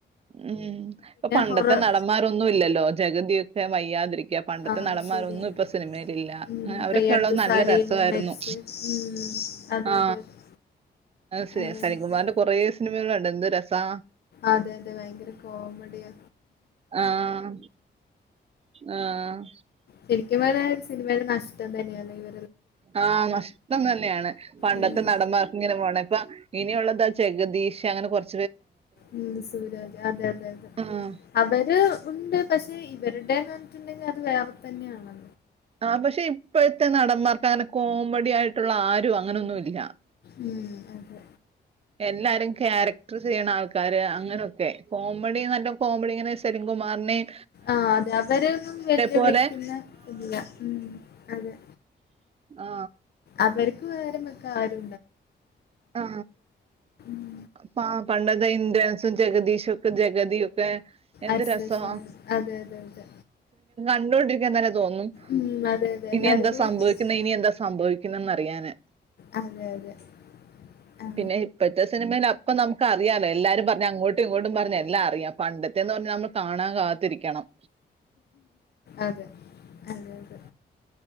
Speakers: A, on the right; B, on the left.
A: ഉം ഇപ്പൊ പണ്ടത്തെ
B: ഹൊറർ
A: നടന്മാരൊന്നു ഇല്ലല്ലോ ജഗതിയൊക്കെ വയ്യാതിരി ക്ക പണ്ടത്തെ
B: ആഹ്
A: നടന്മാരൊന്നു
B: ശരിയാ
A: ഇപ്പൊ സിനിമയിലില്ല
B: ഉം ഇപ്പൊ
A: അവരൊക്കെ
B: ഈ അടുത്ത്
A: ഉള്ളത് നല്ല
B: സലീം
A: രസ്വായിരുന്നു.
B: മരിച്ച് ഉം അതെ
A: ആ
B: അതെ അതെ
A: സ്
B: ആ, ഭയങ്കര
A: സലീംകുമാറ്ന്റെ കൊറേ സിനിമകളെ ന്ത്‌ രസാ
B: അതെ അതെ വെയ്ങ്കര കോമഡിയാ
A: ആഹ് ആഹ്
B: ശരിക്കും പറഞ്ഞ ഒരു സിനിമേൻ്റെ നഷ്ടം തന്നെയാണ് ഇവ
A: ആ നഷ്ടം തന്നെയാണ് പണ്ടത്തെ
B: ഉം
A: നടന്മാർ ഇങ്ങനെ പോണെ ഇപ്പൊ ഇനിയുള്ളതാ ജെഗതീ ഷ് അങ്ങനെ കൊറ്
B: ഉം സൂരാജ് അതെ അതെ അതെ
A: ആഹ്
B: അവര് ഉണ്ട് പക്ഷെ ഇവരുടേന്ന് പറഞ്ഞിട്ടുണ്ടെങ്കിൽ അത് വേറെ തന്നെയാണ്
A: ആ പക്ഷെ ഇപ്പൊഴ്ത്തെ നടന്മാർക്കങ്ങനെ കോമഡി ആയിട്ടുള്ള ആരു അങ്ങനൊന്നുല്ല്യ
B: ഉം അതെ
A: എല്ലാരും ക്യാരക്ടറ് ചെയ്യണ ആൾക്കാര് അങ്ങനൊക്കെ കോമഡിനല്ല കോമഡിങ്ങനെ സലീംകു കുമാർനേം
B: ആ അതെ അവരെയൊന്നും വെല്ലുവിളിക്കുന്ന
A: പോലെ
B: ഇല്ല്യ ഉം അതെ
A: ആ
B: അവര്ക്ക് പരംവെക്കാ ആരു
A: ആ
B: ഉം
A: പാ പണ്ടത്തെ ഇന്ദൻസും ജഗദീഷൊ ക്കെ ജഗതി ഒക്കെ എന്ത്
B: അര്സ്രീ
A: രസാ
B: അശോൻ അതെ അതെ അതെ
A: കണ്ടോണ്ടിരിക്കാൻത്തന്നെ തോന്നും
B: ഉം അതെ അതെ
A: ഇനിയെന്താ
B: എല്ലാരും കൂടി
A: സംഭവിക്കുന്നെ
B: കുടിച്ചു
A: ഇനിയെന്താ സംഭവിക്കുന്നന്ന് അറിയാന്
B: അതെ അതെ ആ
A: പിന്നെ ഇപ്പഴ്ത്തെ സിനിമയിലപ്പൊ നമുക്ക് അറിയാന്നെ എല്ലാരും പറഞ്ഞ് അങ്ങോട്ടു ഇങ്ങോട്ടും പറഞ്ഞ് എല്ലാ അറിയാം പണ്ടത്തേന്ന് പറഞ്ഞാ നമ്മള് കാണാൻ കാത്തിരിക്കണം
B: അതെ അതെ അതെ